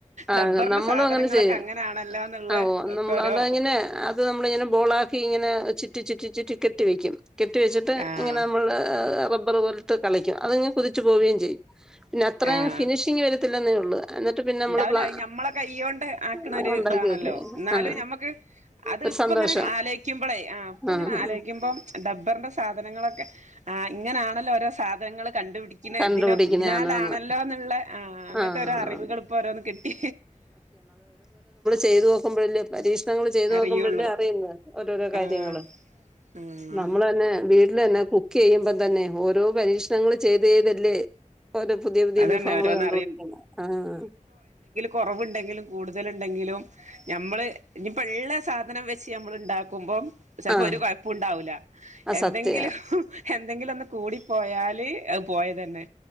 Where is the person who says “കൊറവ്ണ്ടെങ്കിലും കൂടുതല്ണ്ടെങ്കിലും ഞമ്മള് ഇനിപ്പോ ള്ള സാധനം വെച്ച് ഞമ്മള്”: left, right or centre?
Right